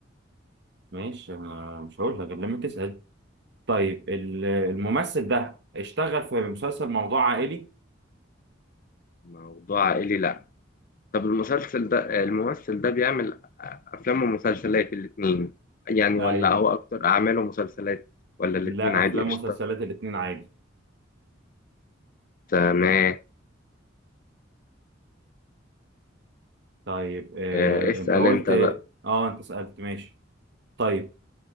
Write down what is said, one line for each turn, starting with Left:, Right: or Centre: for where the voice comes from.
Right: ماشي انا مش هقول لك غير لما تسال طيب ال- الممثل ده اشتغل في مسلسل موضوع عائلي
Left: موضوع عائلي لا طب المسلسل ده آه، الممثل ده بيعمل آه، افلام ومسلسلات الاتنين يعني
Right: ايوه
Left: ولا هو اكتر اعماله مسلسلات ولا الاتنين
Right: لا
Left: عادي
Right: افلام
Left: قشطة
Right: ومسلسلات الاتنين عادي
Left: تمام
Right: طيب آه،
Left: آه، اسأل
Right: انت قلت
Left: انت بقى
Right: اه انت سألت ماشي طيب